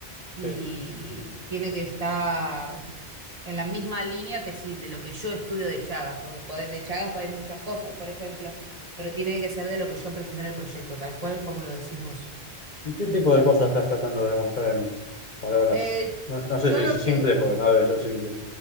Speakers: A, on the right (about 35°); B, on the left (about 45°).
A: y
B: Sí.
A: tiene que estar en la misma línea que sí, de lo que yo estudio de Chagas, porque pode- de Chagas hay muchas cosas, por ejemplo, pero tiene que ser de lo que yo presenté en el proyecto, tal cual como lo decís vos.
B: ¿Y qué tipo de cosas estás tratando de mostrar en palabras?
A: Eh,
B: No, no
A: yo
B: sé si
A: lo
B: es
A: que...
B: simple, porque no debe ser simple.